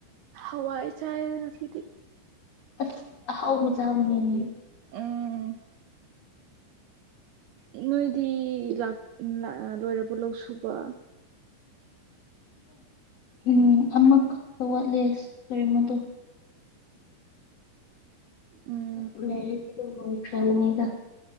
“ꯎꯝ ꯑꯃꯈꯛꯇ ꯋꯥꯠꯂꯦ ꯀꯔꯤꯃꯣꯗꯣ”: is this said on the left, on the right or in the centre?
Left